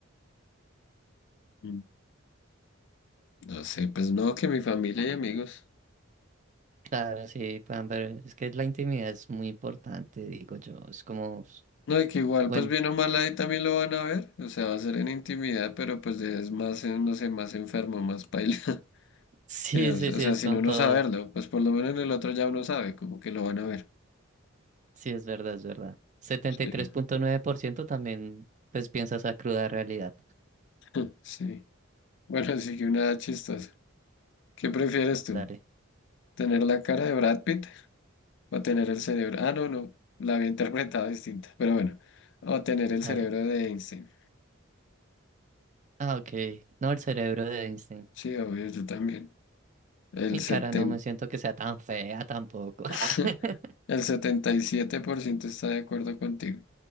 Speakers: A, on the left; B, on the right.
A: Mm. No sé, pues no, que mi familia y amigos.
B: Claro, sí, puedan ver, es que la intimidad es muy importante, digo yo, es como,
A: No, y que igual,
B: bueno,
A: pues bien o mal ahí también lo van a ver, o sea, va a ser en intimidad, pero pues es más, eh, no sé, más enfermo, más paila, <laughs>
B: <laughs> sí,
A: que, o
B: sí,
A: sea,
B: sí,
A: o sea,
B: es
A: sin
B: con
A: uno
B: todo,
A: saberlo, pues por lo menos en el otro ya uno sabe, como que lo van a ver.
B: sí, es verdad, es verdad. setenta
A: Sí,
B: y tres punto nueve por ciento también, pues, piensa esa cruda realidad.
A: <laughs> sí. Bueno, así que una chistosa. ¿Qué prefieres tú?
B: Dale.
A: ¿Tener la cara de Brad Pitt o tener el cerebro? Ah, no, no, la había interpretado distinta, pero bueno, o tener el cerebro
B: al-
A: de Einstein.
B: Ah, ok, no el cerebro de Einstein.
A: Sí, obvio, yo también. El
B: Mi
A: seten
B: cara no me siento que sea tan fea tampoco. <laughs>
A: <laughs> el 77% está de acuerdo contigo.